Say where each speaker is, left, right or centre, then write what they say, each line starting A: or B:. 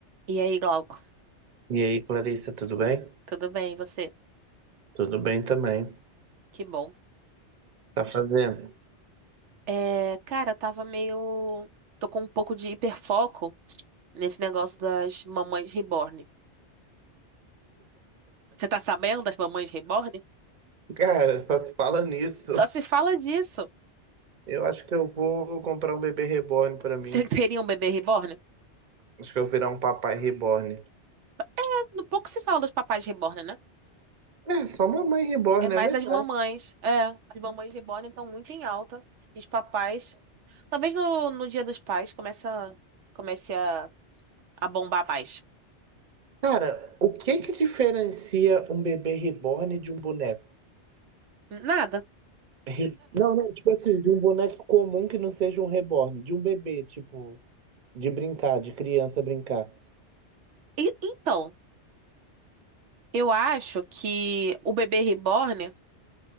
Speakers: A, on the right; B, on the right.
A: E aí, Glauco?
B: E aí, Clarissa, tudo bem?
A: Tudo bem, e você?
B: Tudo bem também.
A: Que bom.
B: Tá fazendo?
A: É, cara, tava meio. Tô com um pouco de hiperfoco nesse negócio das mamães reborn. Você tá sabendo das mamães reborn?
B: Cara, só se fala nisso.
A: Só se fala disso.
B: Eu acho que eu vou comprar um bebê reborn
A: <laughs>
B: pra mim.
A: Você teria um bebê reborn?
B: Acho que eu vou virar um papai reborn.
A: É, Pouco se fala dos papais reborn, né?
B: É, só mamãe reborn,
A: É mais
B: é verdade.
A: as mamães. É, as mamães reborn estão muito em alta. Os papais. Talvez no, no Dia dos Pais comece a, comece a, a bombar mais.
B: Cara, o que que diferencia um bebê reborn de um boneco?
A: Nada.
B: Re- Não, não, tipo assim, de um boneco comum que não seja um reborn, de um bebê, tipo, de brincar, de criança brincar.
A: E- então. Eu acho que o bebê reborn,